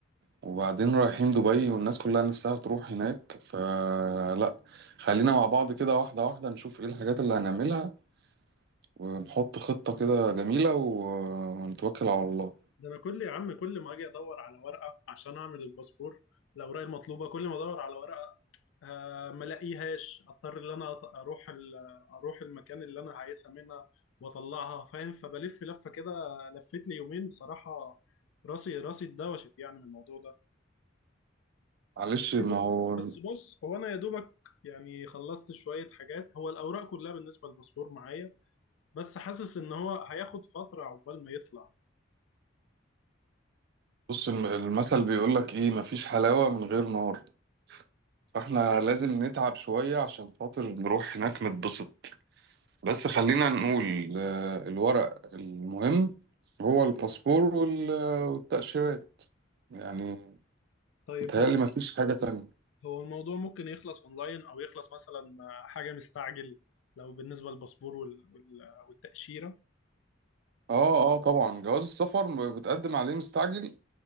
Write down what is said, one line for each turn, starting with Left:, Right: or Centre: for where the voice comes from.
Right: وبعدين رايحين دبي والناس كلها نفسها تروح هناك فلا خلينا مع بعض كده واحدة واحدة نشوف ايه الحاجات اللي هنعملها ونحط خطة كده جميلة و- ونتوكل على الله
Left: ده انا كل يا عم كل ما اجي ادور على ورقه عشان اعمل الباسبور الاوراق المطلوبه كل ما ادور على ورقه آه ما الاقيهاش اضطر ان انا أط- اروح ال- اروح المكان اللي انا عايزها منها واطلعها فاهم فبلف لفه كده لفت لي يومين بصراحه راسي راسي اتدوشت يعني من الموضوع ده
Right: معلش
Left: بس
Right: ما
Left: بص
Right: هو
Left: بس بص هو انا يا دوبك يعني خلصت شويه حاجات هو الاوراق كلها بالنسبه للباسبور معايا بس حاسس ان هو هياخد فتره عقبال ما يطلع
Right: بص الم- المثل بيقولك ايه مفيش حلاوة من غير نار فاحنا لازم نتعب شوية عشان خاطر نروح هناك نتبسط بس خلينا نقول آه، الورق المهم هو الباسبور وال- والتأشيرات يعني
Left: طيب
Right: متهيألي
Left: هو
Right: مفيش حاجة تانية
Left: هو الموضوع ممكن يخلص اونلاين او يخلص مثلا حاجه مستعجل لو بالنسبه للباسبور وال... وال... والتاشيره
Right: اه اه طبعا جواز السفر بتقدم عليه مستعجل